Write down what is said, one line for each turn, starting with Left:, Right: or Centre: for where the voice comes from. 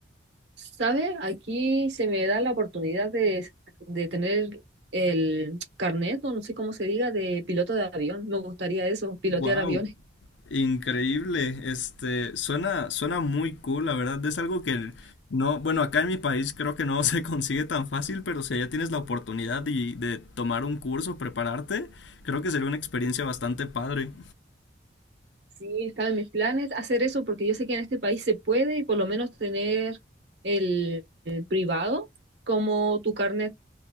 Right: sabe Aquí se me da la oportunidad de, de tener el carnet, o no sé cómo se diga, de piloto de avión. Me gustaría eso, pilotear
Left: Wow,
Right: aviones.
Left: increíble. Este, suena, suena muy cool, la verdad. Es algo que no, bueno, acá en mi país creo que no se <laughs> consigue tan fácil, pero si ya tienes la oportunidad y de tomar un curso, prepararte, creo que sería una experiencia bastante padre.
Right: Sí, estaba en mis planes hacer eso porque yo sé que en este país se puede y por lo menos tener el, el privado como tu carnet.